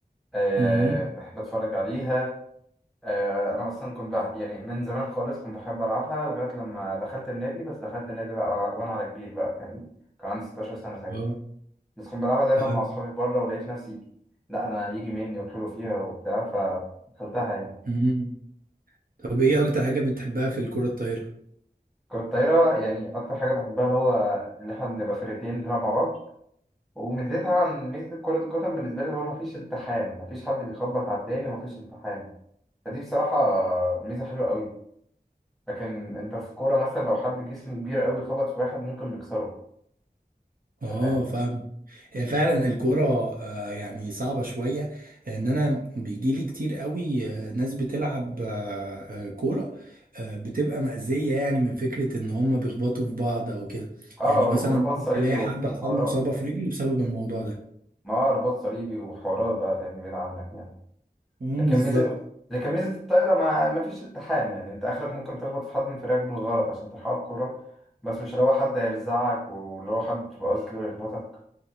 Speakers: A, in the centre; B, on the right.
A: أه
B: امم
A: بحب أتفرج عليها أه أنا أصلا كنت بح... يعني من زمان خالص كنت بحب ألعبها لغاية لما دخلت النادي بس دخلت النادي بقى وأنا على كبير بقى فاهمني كان عندي 16 سنة ساعتها
B: اه
A: بس كنت بلعبها دايما
B: فاهم
A: مع أصحابي بره ولقيت نفسي لا أنا يجي مني وحلو فيها وبتاع فدخلتها يعني
B: مم. طب ايه اكتر حاجة بتحبها في الكرة الطايرة؟
A: كرة الطايرة يعني أكتر حاجة بحبها اللي هو اللي إحنا بنبقى فرقتين بنلعب مع بعض وميزتها عن ميزة كرة القدم بالنسبة لي هو مفيش التحام مفيش حد بيخبط على التاني ومفيش التحام فدي بصراحة ميزة حلوة قوي لكن انت في الكورة مثلا لو حد جسمه كبير قوي خبط في واحد ممكن يكسره
B: اه
A: انت فاهم
B: فاهم هي فعلا الكورة آه، يعني صعبة شوية ان انا بيجيلي كتير قوي آه، ناس بتلعب آه، آه، كورة آه، بتبقى مأذية يعني من فكرة ان هم بيخبطوا في بعض او كده
A: اه
B: يعني
A: اه ور-
B: مثلا
A: ورباط صليبي
B: تلاقي
A: وبتاع
B: حد حصل
A: حوارات
B: له إصابة في رجله بسبب الموضوع ده
A: ما هو رباط صليبي وحوارات بقى فاهم بعيد عنك يعني
B: امم
A: لكن
B: بالظبط
A: ميزة لكن ميزة الطايرة ما... ما فيش التحام يعني انت اخرك ممكن تخبط في حد من فريقك بالغلط عشان تلحقه الكورة بس مش اللي هو حد هيرزعك واللي هو حد تبقى قصدك اللي هو يخبطك